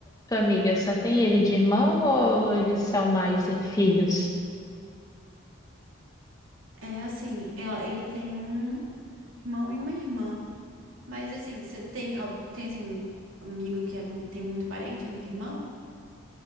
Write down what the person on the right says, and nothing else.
É assim, ela, ele tem um irmão e uma irmã. Mas assim, você tem, al- tem assim, amigo que é mu- tem muito parente, muito irmão?